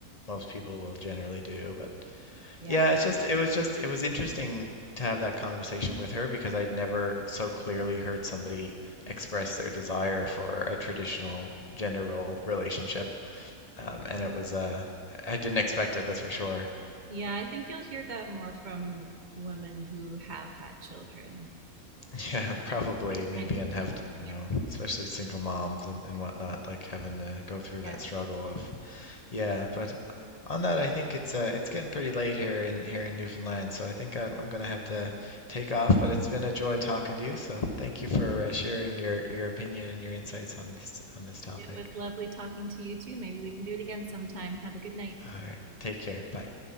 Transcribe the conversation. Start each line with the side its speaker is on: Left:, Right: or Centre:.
Left: most people will generally do. But
Right: yeah.
Left: yeah, it's just, it was just, it was interesting to have that conversation with her because I'd never so clearly heard somebody express their desire for a traditional gender role relationship um, and it was uh I didn't expect it, that's for sure.
Right: Yeah, I think you'll hear that more from women who have had children.
Left: <laughs> Yeah, probably
Right: It
Left: maybe
Right: kind of
Left: and have
Right: changes
Left: to,
Right: in
Left: you
Right: your
Left: know, especially single moms and, and whatnot, like having to go through that
Right: yeah.
Left: struggle of yeah, but on that I think it's uh it's getting pretty late here in here in Newfoundland, so I think I'm I'm gonna have to take off, but it's been a joy talking to you, so thank you for uh, sharing your your opinion and your insights on this on this topic.
Right: It was lovely talking to you too. Maybe we can do it again sometime. Have a good night.
Left: All right, take care. Bye.